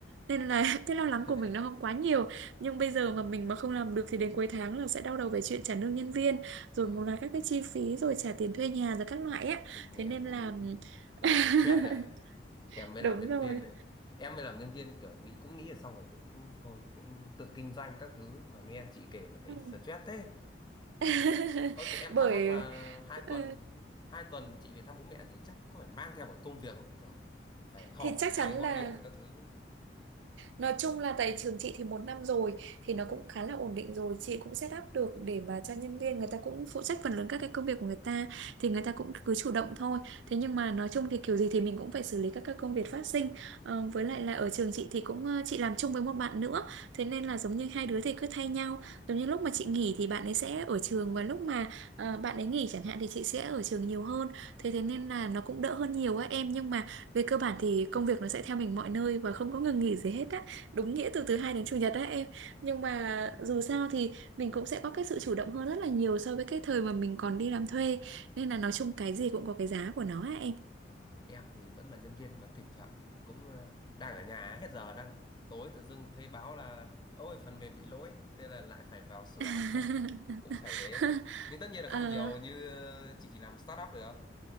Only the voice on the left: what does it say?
<laughs>
vâng
ừ, nghe
cũng
nghe
stress nhỉ em mới
làm nhân
viên này em mới làm nhân viên kiểu nghĩ cũng nghĩ là xong rồi cũng thôi cũng tự kinh doanh các thứ mà nghe chị kể mà thấy
stress thế
ờ nhưng em
thắc mắc là hai
tuần hai tuần chị về thăm bố mẹ thì chắc có phải mang theo một công việc không kiểu phải họp
hay
gọi
điện các thứ
ừ,
ừ,
ừ.
Vâng. Em thì vẫn là nhân viên nhưng mà thỉnh thoảng cũng ờ, đang ở nhà hết giờ đang tối tự dưng thấy báo là ôi phần mềm bị lỗi thế là lại phải vào sửa
<laughs> cũng phải thế nhưng tất nhiên là
không nhiều như ờ, chị làm startup được